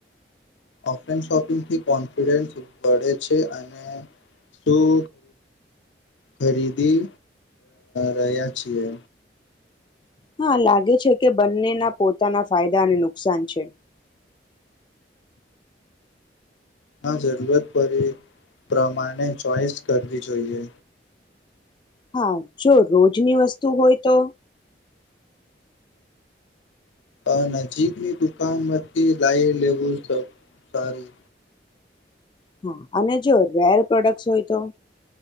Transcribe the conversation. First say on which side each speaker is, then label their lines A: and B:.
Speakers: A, on the left; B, on the left.
A: ઓફલાઇન શોપિંગથી કોન્ફિડન્સ વળે છે અને શું ખરીદી રહ્યા છીએ.
B: હા લાગે છે કે બંનેના પોતાના ફાયદા અને નુકસાન છે.
A: હ જરૂરત પર પ્રમાણે ચોઈસ કરવી જોઈએ.
B: હા જો રોજની વસ્તુ હોય તો
A: અ નજીકની દુકાનમાંથી લાઈ લેવું સારું.
B: હા અને જો રેર પ્રોડક્ટ હોય તો